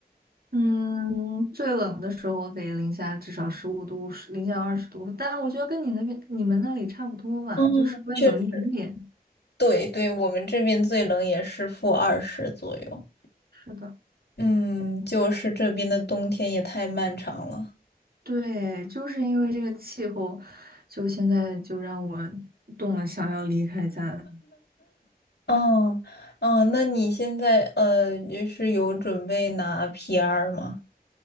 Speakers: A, on the right (about 65°); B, on the left (about 85°).
A: 嗯，最冷的时候得零下至少十五度，零下二十度，但我觉得跟你那边你们那里差不多吧，
B: 嗯，
A: 就稍微冷一点点。
B: 确实，对对，我们这边最冷也是负二十左右。
A: 是的。
B: 嗯，就是这边的冬天也太漫长了。
A: 对，就是因为这个气候，就现在就让我动了想要离开家的。
B: 哦，哦，那你现在呃，就是有准备拿 PR 吗？